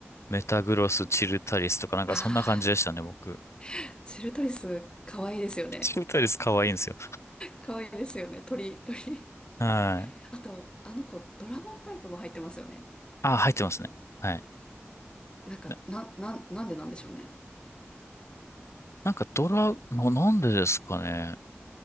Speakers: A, on the left; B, on the left.
A: メタグロス、チルタリスとかなんかそんな感じでしたね、
B: あ
A: 僕。
B: あ、チルトリス、可愛いですよね。
A: チルタリス可愛いんですよ。
B: 可愛いですよね。鳥、鳥。
A: はい。
B: あと、あの子、ドラゴンタイプも入ってますよね。
A: あ、入ってますね。はい。
B: なんか、
A: な、
B: な、な、なんでなんでしょうね。
A: なんかドラ、な、なんでですかね。